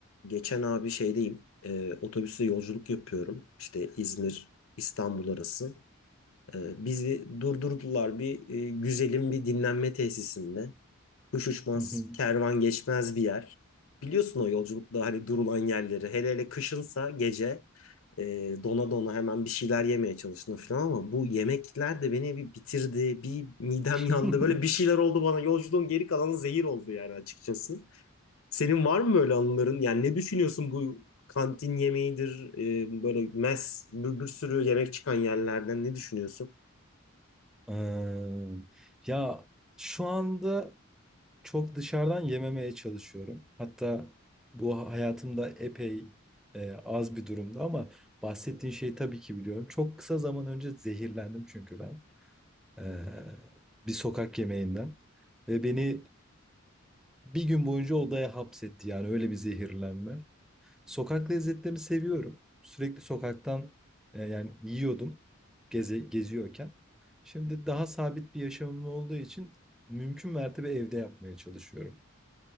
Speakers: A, on the left; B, in the centre.
A: Geçen abi şeydeyim, e, otobüsle yolculuk yapıyorum. İşte İzmir, İstanbul arası. E, bizi durdurdular bir e, güzelim bir dinlenme tesisinde. Kuş uçmaz,
B: Hı hı.
A: kervan geçmez bir yer. Biliyorsun o yolculukta hani durulan yerleri. Hele hele kışınsa gece e, dona dona hemen bir şeyler yemeye çalıştım falan ama bu yemekler de beni bir bitirdi. Bir midem
B: <laughs>
A: yandı. Böyle bir şeyler oldu bana. Yolculuğun geri kalanı zehir oldu yani açıkçası. Senin var mı böyle anıların? Yani ne düşünüyorsun bu kantin yemeğidir, e, böyle mes, bir, bir sürü yemek çıkan yerlerden ne düşünüyorsun?
B: Eee, ya şu anda çok dışarıdan yememeye çalışıyorum. Hatta bu ha- hayatımda epey e, az bir durumda ama bahsettiğin şeyi tabii ki biliyorum. Çok kısa zaman önce zehirlendim çünkü ben eee, bir sokak yemeğinden ve beni bir gün boyunca odaya hapsetti yani öyle bir zehirlenme. Sokak lezzetlerini seviyorum. Sürekli sokaktan, eee, yani yiyordum geze geziyorken. Şimdi daha sabit bir yaşamım olduğu için mümkün mertebe evde yapmaya çalışıyorum.